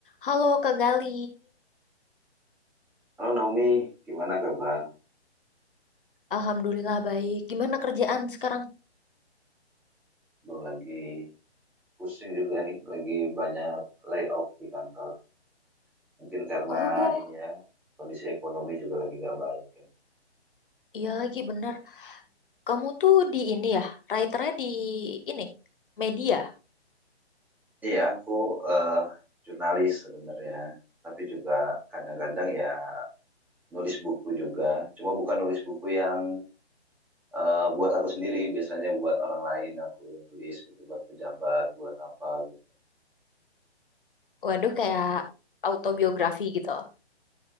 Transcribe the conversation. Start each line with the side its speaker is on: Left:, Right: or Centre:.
Left: Halo Kak Gali,
Centre: Halo Naomi, gimana kabar?
Left: Alhamdulillah baik. Gimana kerjaan sekarang?
Centre: Lo lagi pusing juga nih, lagi banyak layoff di kantor. Mungkin karena
Left: Oh,
Centre: ini ya, kondisi ekonomi juga lagi nggak baik. ya.
Left: iya lagi benar. Kamu tuh di ini ya, writernya di ini, media.
Centre: Iya, aku eh, jurnalis sebenarnya, tapi juga kadang-kadang ya nulis buku juga. Cuma bukan nulis buku yang eh, buat aku sendiri, biasanya buat orang lain aku nulis gitu, buat pejabat, buat apa gitu.
Left: Waduh, kayak autobiografi gitu.